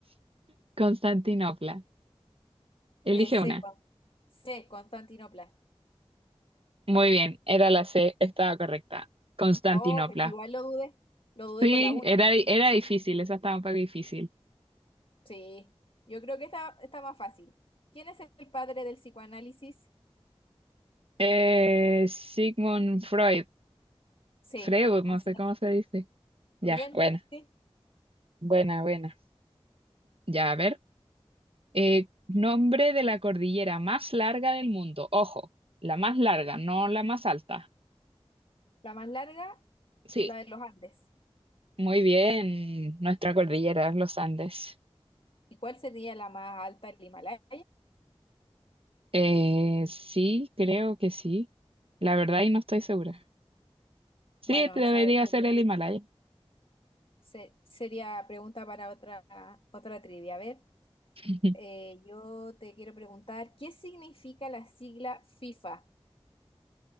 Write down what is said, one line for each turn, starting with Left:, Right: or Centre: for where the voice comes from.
Right: Constantinopla. Elige
Left: Eh, C,
Right: una.
Left: Con- C, Constantinopla.
Right: Muy bien, era la C, estaba correcta. Constantinopla.
Left: Oh, igual lo dudé. Lo dudé
Right: Sí,
Left: con la uno
Right: era, era difícil, esa estaba un poco difícil.
Left: Sí. Yo creo que está, está más fácil. ¿Quién es el padre del psicoanálisis?
Right: Eh, Sigmund Freud.
Left: C.
Right: Freud, no
Left: Así
Right: sé
Left: es.
Right: cómo se dice. Ya,
Left: Bien.
Right: buena,
Left: Sí.
Right: buena, buena. Ya, a ver. Eh, nombre de la cordillera más larga del mundo. Ojo, la más larga, no la más alta.
Left: La más larga,
Right: Sí,
Left: la de los Andes.
Right: muy bien. Nuestra cordillera, los Andes.
Left: ¿Y cuál sería la más alta, el Himalaya?
Right: Eh, sí, creo que sí. La verdad, y no estoy segura. Sí,
Left: Bueno,
Right: te
Left: esa
Right: debería
Left: sería.
Right: ser el Himalaya.
Left: Se- sería pregunta para otra, otra trivia. A ver,
Right: <laughs>
Left: eh, yo te quiero preguntar, ¿qué significa la sigla FIFA?